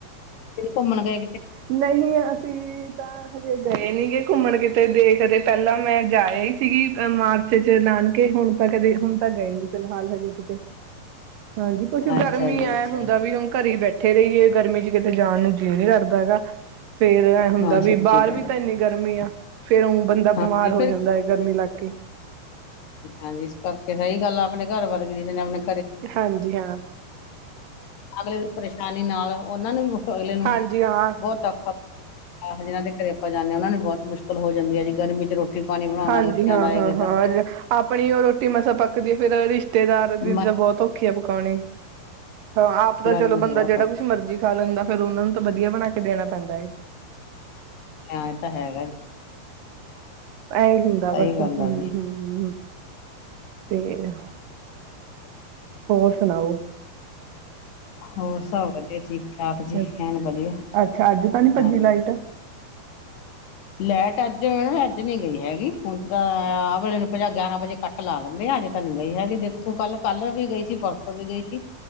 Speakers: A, on the left (about 75°); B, on the right (about 65°).
A: ਘੁੰਮਣ ਗਏ
B: ਨਹੀਂ ਅਸੀਂ ਤਾਂ। ਗਏ ਨੀ ਗ ਘੁੰਮਣ ਕਿਤੇ ਦੇ ਕਦੇ ਪਹਿਲਾਂ ਮੈਂ ਜਾਇਆ ਹੀ ਸੀਗੀ ਮਾਰਚ ਚ ਨਾਨਕੇ ਹੁਣ ਤਾਂ ਕਦੇ ਹੁਣ ਤਾਂ ਗਏ ਨ ਫਿਲਹਾਲ ਹਜੇ ਕਿਤੇ ਹਾਂਜੀ ਕੁਛ
A: ਅੱਛਾ
B: ਗਰਮ ਹੀ
A: ਜੀ
B: ਆਇਆ
A: ਅੱਛਾ
B: ਹੁੰਦਾ
A: ਜੀ
B: ਵੀ ਹੁਣ ਘਰੇ ਬੈ <inaudible> ਕਿਤੇੇ ਜਾਣ ਨੂੰ ਜੇ ਨੀ ਲਗਦਾ ਫੇਰ ਇਹ ਹੁੰਦਾ
A: ਹਾਂ
B: ਵੀ
A: ਸੱਚੀ
B: ਬਾਹਰ
A: ਗੱਲ
B: ਵੀ ਤਾਂ
A: ਹੈ
B: ਇੰਨੀ ਗਰਮੀ ਆ। ਫੇਰ ਬੰਦਾ
A: ਹਾਂਜੀ
B: ਬਿਮਾਰ ਹੋ
A: ਫਿਰ
B: ਜਾਂਦਾ ਹੈ ਗਰਮੀ ਲਾਗ ਕੇ
A: ਹਾਂਜੀ ਇਸ ਕਰਕੇ ਸਹੀ ਗੱਲ ਆਪਣੇ ਘਰ ਵਰ ਗਈ ਜਿਸ ਨ
B: ਹਾਂਜੀ ਹਾਂ।
A: <inaudible> ਪਰੇਸ਼ਾਨੀ ਨਾਲ ਉਹਨਾਂ ਨੂੰ ਵੀ ਅਗਲੇ ਨੂੰ
B: ਹਾਂਜੀ ਹਾਂ
A: ਬਹੁਤ ਔਖਾ ਜਿਹਨ੍ਹਾਂ ਦੇ ਘਰੇ ਆਪਾਂ ਜਾਂਦੇ ਹ ਉਹਨਾਂ ਨੂੰ ਬਹੁਤ ਮੁਸ਼ਕਿਲ ਹੋ ਜਾਂਦੀ ਹੈ ਜੀ ਗਰਮੀ ਚ ਰੋਟੀ ਪਾਣੀ ਬਣਾਉਣਾ
B: ਹਾਂਜੀ
A: ਬੱਚਿਆਂ
B: ਹਾਂ
A: ਦਾ
B: ਹਾਂ
A: ਹੈਗਾ
B: ਹਾਂ
A: ਦਾ
B: ਆਪਣੀ ਉਹ ਰੋਟੀ ਮਸਾਂ ਪੱਕਦੀ ਹੈ ਫੇਰ ਰਿਸ਼ਤੇਦਾਰ
A: ਮ
B: ਚੀਜ਼ਾਂ ਬਹੁਤ <unintelligible> ਹਾਂ ਆਪ ਤਾਂ
A: ਗਰਮੀ
B: ਚਲੋ ਬੰਦਾ
A: ਚ ਬਹੁਤ
B: ਜਿਹੜਾ
A: ਔਖਾ।
B: ਕੁਛ ਮਰਜੀ ਖਾ ਲੈਂਦਾ ਫਿਰ ਉਹਨਾ ਨੂੰ ਤਾਂ ਵਧੀਆ ਬਣਾ ਕੇ ਦੇਣਾ ਪੈਂਦਾ ਏ
A: ਇਹ ਤਾਂ ਹੈਗਾ।
B: ਐਹੀ ਹੁੰਦਾ ਕੂਛ
A: ਸਹੀ ਗੱਲ
B: ਹੂੰ
A: ਆ ਜੀ
B: ਹੂੰ ਹੂੰ ਤੇ ਹੋਰ ਸੁਨਾਓ
A: ਹੋਰ ਸਭ ਵਧਈਆ ਜੀ
B: ਅੱਛਾ
A: ਐਨ ਵਧੀਆ
B: ਅੱਛਾ ਅੱਜ ਤਾਂ ਨੀ ਭੱਜੀ
A: ਹਾਂਜੀ
B: ਲਾਈਟ
A: ਲੈਟ ਅੱਜ ਮ ਅੱਜ ਨੀ ਗਈ ਹੈਗੀ ਹੁਣ ਤਾਂ ਆਹ ਵੇਲੇ ਨੂੰ ਪੰਜ ਗਿਆਰਾਂ ਵਜੇ ਕੱਟ ਲਾ ਲੈਂਦੇ ਆ ਅੱਜ ਤਾਂ ਨੀ ਗਈ ਹੈਗੀ ਦੇਖੋ ਕੱਲ ਕਲਰ ਵੀ ਗਈ ਸੀ ਪਰਸੋ ਵੀ ਗਈ ਸੀ।